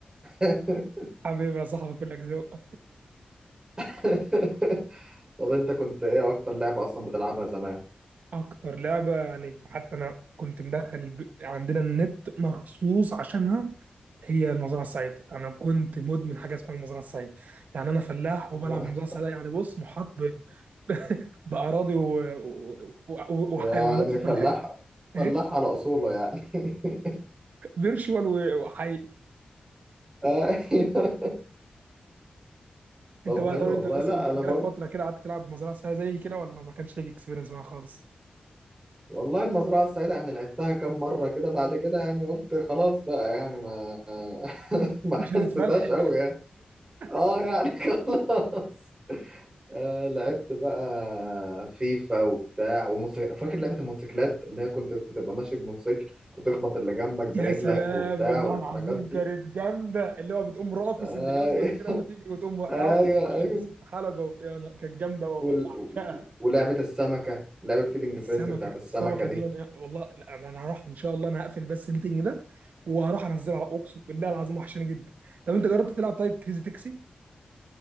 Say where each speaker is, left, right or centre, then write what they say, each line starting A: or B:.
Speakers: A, on the right; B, on the right.
A: <laughs>
B: حبيبي يا صاحبي كلك ذوق
A: <laughs> طب انت كنت ايه اكتر لعبة اصلا بتلعبها زمان
B: <laughs> اكتر لعبه يعني حتى انا كنت مدخل الب... عندنا النت مخصوص عشانها هي المزرعه السعيده انا كنت مدمن حاجه اسمها المزرعه السعيده يعني انا فلاح وبلعب
A: ما-
B: المزرعه السعيده يعني بص محاط ب... <laughs> باراضي و... و... و...
A: يعني
B: وحيوانات في
A: فلاح
B: كل حته
A: فلاح
B: ايه
A: على اصوله يعني <laughs>
B: فيرشوال و... وحقيقي
A: ايوه. طب
B: انت بقى
A: حلو
B: طب انت
A: والله
B: اصلا
A: لا
B: جالك
A: انا برضه
B: فتره كده قعدت تلعب مزرعه سعيده زي كده ولا ما كانش ليك اكسبيرينس معاها خالص
A: والله المزرعة السعيدة يعني لعبتها كام مرة كده بعد كده يعني قلت خلاص بقى يعني ما <laughs> ما حسيتهاش
B: مش هتتفلحل
A: قوي يعني اه
B: <laughs>
A: يعني <laughs> خلاص آه لعبت بقى فيفا وبتاع وموتوسيكل فاكر لعبة الموتوسيكلات اللي هي كنت بتبقى ماشي بموتوسيكل وتخبط اللي جنبك برجلك
B: يا سلام
A: وبتاع
B: والله
A: والحركات
B: العظيم كانت جامده اللي هو بتقوم رافس
A: ايوه
B: اللي جنبك كده وتجري وتقوم وقعه
A: ايوه
B: وتخش
A: ايوه
B: في في حلبه وبتاع أنا كانت جامده والله
A: وال...
B: بعشقها
A: و- ولعبه السمكه لعبه فيدنج
B: السمكه
A: فرينزي بتاعت
B: السمكه
A: السمكه دي
B: دي أنا- والله لا انا أنا هروح ان شاء الله انا هقفل بس الميتنج ده وهروح انزلها اقسم بالله العظيم وحشاني جدا طب انت جربت تلعب طيب كريزي تاكسي